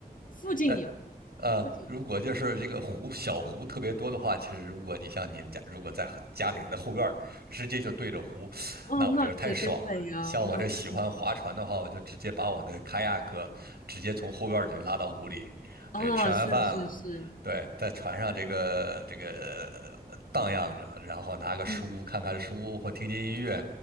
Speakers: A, on the left; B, on the right.
A: 附近有，
B: 那呃，
A: 附近有。
B: 如果就是这个湖小湖特别多的话，其实如果你像你们家，如果在家里的后院儿直接就对着湖，
A: 哦，
B: 那我觉得太爽了。
A: 那可真美呀、
B: 像我这喜欢划船的话，
A: 那挺
B: 我就直接把我的开亚克直接从后院儿就拉到湖里，
A: 啊，
B: 这吃完饭了，
A: 是是是，
B: 对，在船上这个这个呃荡漾着，然后拿个书看看书或听听音乐，
A: 嗯